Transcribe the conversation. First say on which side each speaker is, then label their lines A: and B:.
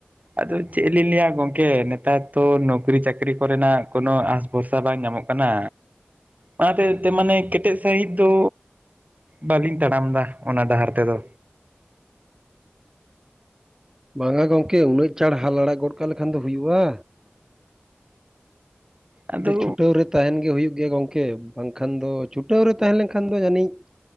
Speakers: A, on the right (about 40°); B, on the right (about 15°).
A: ᱟᱫᱚ ᱪᱮᱫ ᱞᱤᱧ ᱞᱟᱹᱭᱟ ᱜᱚᱝᱠᱮ ᱱᱮᱛᱟᱨ ᱛᱚ ᱱᱚᱠᱨᱤ ᱪᱟᱹᱠᱨᱤ ᱠᱚ ᱨᱮᱱᱟᱜ ᱠᱳᱱᱳ ᱟᱸᱥ ᱵᱷᱚᱨᱥᱟ ᱵᱟᱝ ᱧᱟᱢᱚᱜ ᱠᱟᱱᱟ, ᱚᱱᱟᱛᱮ ᱛᱮ ᱢᱟᱱᱮ ᱠᱮᱴᱮᱡ ᱥᱟᱺᱦᱤᱡ ᱫᱚ, ᱵᱟᱹᱞᱤᱧ ᱛᱟᱲᱟᱢ ᱮᱫᱟ ᱚᱱᱟ ᱰᱟᱦᱟᱨ ᱛᱮᱫᱚ᱾
B: ᱵᱟᱝᱟ ᱜᱚᱝᱠᱮ ᱩᱱᱟᱹᱜ ᱪᱟᱲ ᱦᱟᱞ ᱞᱟᱲᱟ ᱜᱚᱫ ᱠᱟᱜ ᱞᱮᱠᱷᱟᱱ ᱫᱚ ᱦᱩᱭᱩᱜᱼᱟ,
A: ᱟᱫᱚ
B: ᱠᱟᱹᱴᱤᱡ ᱪᱷᱩᱴᱟᱹᱣ ᱨᱮ ᱛᱟᱦᱮᱸᱱ ᱜᱮ ᱦᱩᱭᱩᱜ ᱜᱮ ᱜᱚᱝᱠᱮ, ᱵᱟᱝᱠᱷᱟᱱ ᱫᱚ ᱪᱷᱩᱴᱟᱹᱣ ᱨᱮ ᱛᱟᱦᱮᱸ ᱞᱮᱱᱠᱷᱟᱱ ᱫᱚ ᱡᱟᱹᱱᱤᱡ,